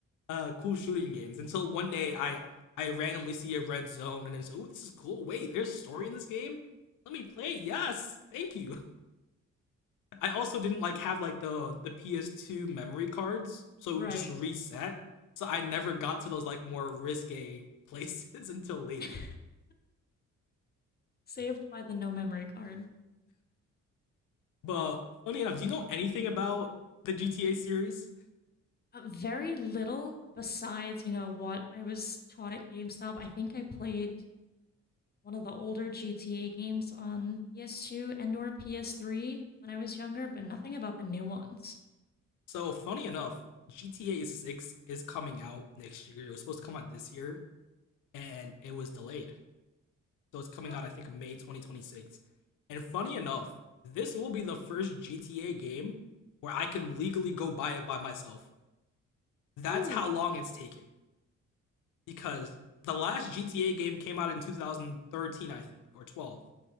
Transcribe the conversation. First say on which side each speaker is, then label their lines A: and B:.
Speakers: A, on the left; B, on the left.
A: uh, cool shooting games until one day I I randomly see a red zone and then say, "Oh, this is cool. Wait, there's a story in this game. Let me play. Yes, thank you." I also didn't like have like the the PS2 memory cards, so
B: Right.
A: it would just reset. So I never got to those like more risque places <laughs> until later.
B: <laughs> Saved by the no memory card.
A: But funny enough, do you know anything about the GTA series?
B: Uh, very little besides, you know, what I was taught at GameStop. I think I played one of the older GTA games on PS2 and or PS3 when I was younger, but nothing about the new ones.
A: So funny enough, GTA 6 is coming out next year. It was supposed to come out this year and it was delayed. So it's coming
B: Oh,
A: out I think May 2026. And funny enough, this will be the first GTA game where I can legally go buy it by myself. That's
B: oh,
A: how long it's taken. because the last GTA game came out in 2013, I think, or 12.